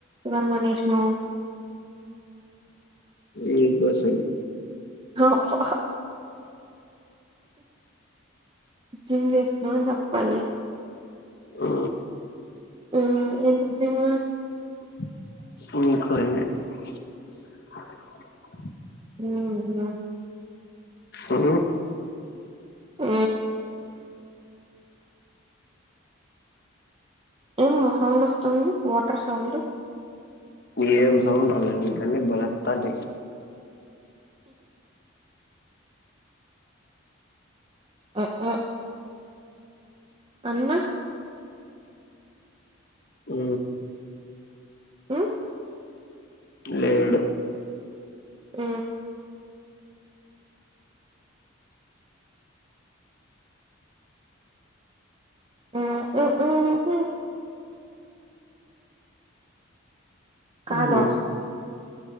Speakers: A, on the right (about 25°); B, on the left (about 50°).
A: ఇవాళ మానేసినావ్
B: నీకోసం
A: అబా జిమ్ చేస్తున్న అని చెప్పాలి
B: ఆ
A: ఊ ఎందుకు జిమ్
B: <unintelligible>
A: ఉహు
B: ఆ
A: ఊ ఏం సౌండ్ వస్తుంది వాటర్ సౌండ్
B: ఏం సౌండ్ రాలే నీకు అన్నీ బలే వస్తుంటాయి
A: ఆ అన్న
B: ఊ
A: హు
B: లేడు
A: ఊ ఆ <inaudible> కాదు
B: ఏమి